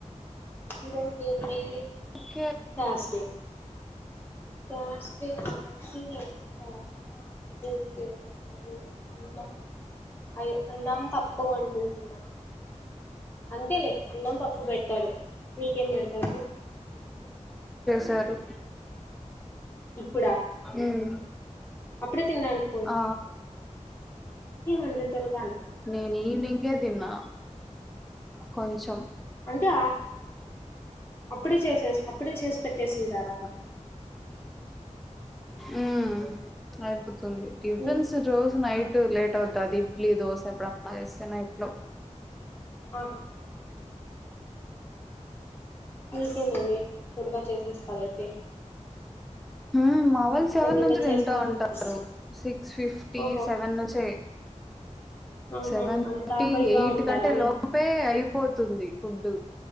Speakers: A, on the left; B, in the centre.
A: ఇరోజ జనవరి
B: ఓకే
A: థాస్ డే జాస్తి <unintelligible> అన్నం అయి అన్నం పప్పు అనుకుంటున్నా అంతేలే అన్నం పప్పు పెడతాడు ఇంకేం పెడతాడు
B: తారు
A: ఇప్పుడా
B: ఉమ్
A: అప్పుడే తినడానికి
B: ఆ
A: ఏం అంత త్వరగానా
B: నేను ఈవినింగే తిన్నా కొంచ్
A: అంటే అప్పుడే చేసే ఇప్పుే చే పెతేసిధార
B: ఉ ఆపో ది టిఫిన్స్
A: మీ
B: రోజు నైట్ టు లేట్ అవు అది ఇడ్లీ దోశ ఎప్పుడు అన్నా చేస్తే ఇట్లో
A: ఆహా మీక మళ్ని కుుర్గా చేసిస్తారయితే
B: హ మావలు సెవెన్
A: ఇంకా
B: నుంచి తింటూ
A: చేస్తా
B: ఉంటారు
A: ఉంట
B: సిక్స్ ఫిఫ్టీ
A: ఓహో
B: సెవెన్ నుంచి
A: ఆహా
B: సెవెన్
A: అంత
B: థర్టీ
A: ఆకలిగా
B: ఎయిట్
A: ఉంటారా
B: కంటే
A: మీ
B: లోపే
A: వాళ్ళు
B: అయి పోతుంది ఫుడ్